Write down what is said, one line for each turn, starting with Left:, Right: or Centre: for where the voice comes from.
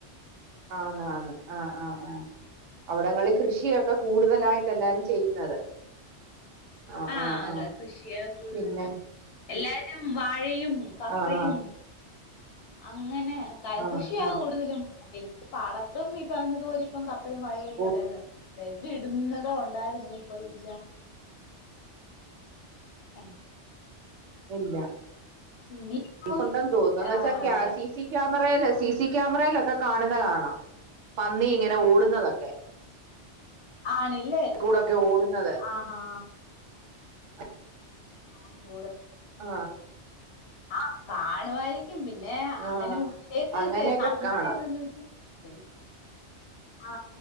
Right: ആണ് ആ ആഹ് ആഹ ആ അവിടങ്ങളിൽ കൃഷിയ ക്കെ കൂടുതലായിട്ട എല്ലാരും ചെയ്യുന്നത് ആഹ്
Left: ആഹ
Right: ആഹ്
Left: അതാ
Right: ആഹ്
Left: കൃഷിയാ കൂടുതല്
Right: പിന്നെ
Left: എല്ലാരും വാഴയും കപ്പയും
Right: ആഹ് ആഹ്
Left: അങ്ങനെ <inaudible> കര
Right: ആഹ്
Left: കൃഷിയാ
Right: ആഹ്
Left: കൂടുതലും ഇപ്പൊ പാടത്തും ഈ പറഞ്ഞതുപോലെ കപ്പ - കപ്പയും വാഴയും ഒക്കെയാ
Right: ഓ
Left: എല്ലാരും നടുന്നത് നെല്ല് ഇടുന്നതും ഉണ്ടായിരുന്നു ഇപ്പൊ ഇല്ല ഹ
Right: ഇല്ല
Left: ഇനിയിപ്പം
Right: ഇല്ല്ന്ന് തോന്നുന്നു എന്ന്
Left: ഏഹ്
Right: വെച്ചാ സി സി ക്യാമറയിലൊക്കെ- കാണുന്ന കാണാം പന്നി ഇങ്ങനെ ഓടുന്നതൊക്കെ.
Left: ആണ്ല്ലേ
Right: കൂടൊക്കെ ഓടുന്നത്
Left: ആഹാ
Right: <unintelligible>
Left: <unintelligible>
Right: ആ
Left: ആ കാണുവായിരിക്കും പിന്നെ അങ്ങനെ
Right: ആഹ്
Left: ഉള്ളിലേക്ക്ഒക്കെ
Right: അങ്ങനെയൊക്കെ
Left: നമ്മടെ
Right: കാണാം
Left: ഒരിത് വെച്ച്- ആ